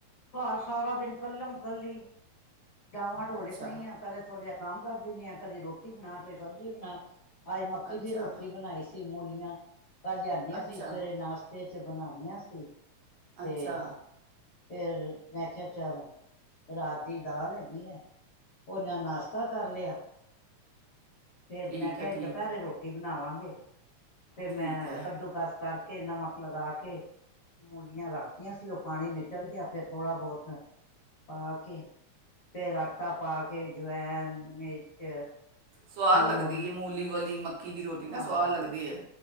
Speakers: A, on the left (about 65°); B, on the right (about 75°).
A: ਘਰ ਸਾਰਾ ਦਿਨ ਕੱਲਮ ਕੱਲੀ ਡਾਵਾਂ ਡੋਲੇ
B: ਅੱਛਾ
A: ਪਈਆਂ ਆ ਪੈਲੇ ਥੋੜ੍ਹਾ ਜਾ ਕੰਮ ਕਰ ਦਿੰਨੀ ਆ ਕਦੇ ਰੋਟੀ ਬਣਾ ਕਦੇ ਸਬਜ਼ੀ ਬਣਾ ਅੱਜ ਮੱਕੀ
B: ਅੱਛਾ
A: ਦੀ ਰੋਟੀ ਬਣਾਈ ਸੀ ਮੂਲੀਆਂ ਕੱਲ ਲਿਆਂਦੀਆਂ
B: ਅੱਛਾ
A: ਸੀ ਸਵੇਰੇ ਨਾਸ਼ਤੇ ਚ ਚ ਬਣਾ ਲੀਆਂ ਸੀ। ਤੇ
B: ਅੱਛਾ।
A: ਫੇਰ ਮੈਂ ਕਿਆ ਚੱਲ ਰਾਤ ਦੀ ਦਾਲ ਹੈਗੀ ਹੈ ਔਨਾਂ ਨਾਸ਼ਤਾ ਕਰ ਲਿਆ। ਫੇਰ
B: ਠੀਕ
A: ਮੈਂ ਕਿਆ
B: ਹੈ ਠੀਕ
A: ਦੁਪੈਰੇ
B: ਹੈ
A: ਰੋਟੀ ਬਨਾਵਾਂਗੇ। <inaudible> ਫੇਰ ਮੈਂ
B: ਠੀਕ ਹੈ
A: ਕੱਦੂ ਕਸ ਕਰ ਕੇ ਨਮਕ ਲਗਾ ਕੇ ਮੂਲੀਆਂ ਰੱਖਤੀਆਂ ਸੀ ਔ ਪਾਣੀ ਨਿਚੜ ਗਿਆ ਫੇਰ ਥੋੜ੍ਹਾ ਬੌਤ ਪਾ ਕੇ ਫੇਰ ਆਟਾ ਪਾ ਕੇ ਜਵੈਨ, ਮਿਰਚ
B: ਸਵਾਦ
A: ਨੂਣ
B: ਲੱਗਦੀ ਏ ਮੂਲੀ ਵਾਲੀ ਮ ਮਕੀ ਦੀ ਰੋਟੀ ਨਾ
A: ਹਾਂ
B: ਸਵਾਦ ਲੱਗਦੀ ਏ।